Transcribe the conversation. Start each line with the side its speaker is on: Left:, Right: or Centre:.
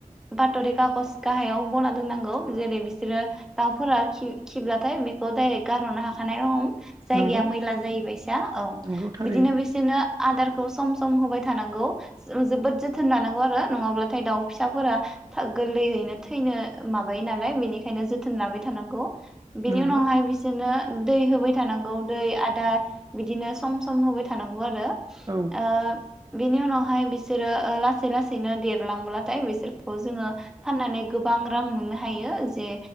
Centre: बाथरि खागज गाहायाव बना दोननांगौ जेरै बिसोरो दाउफोरा खि खिब्ला थाय बेखौ डाइरेक्ट गारहरनो हाखानाय रहम। जायगाया
Right: नंगौ
Centre: मैला जाहैबायसा औ
Right: नंगौ थारैनो
Centre: बिदिनो बिसोरनो आदारखौ सम सम होबाय थानांगौ। जों जोबोद जोथोन लानांगौ आरो नङाब्लाथाय दाउ फिसाफोरा था गोरलैयैनो थैनो माबायो नालाय। बेनिखायनो जोथोन लाबाय थानांगौ। बिनि
Right: नंगौ
Centre: उनावहाय बिसोरनो दै होबाय थानांगौ दै आदार बिदिनो सम सम होबाय थानांगौ आरो।
Right: औ
Centre: ओ बेनि उनावहाय बिसोरो ओ लासै लासैनो देरलांब्लाथाय बिसोरखौ जोङो फाननानै गोबां रां मोननो हायो। जेे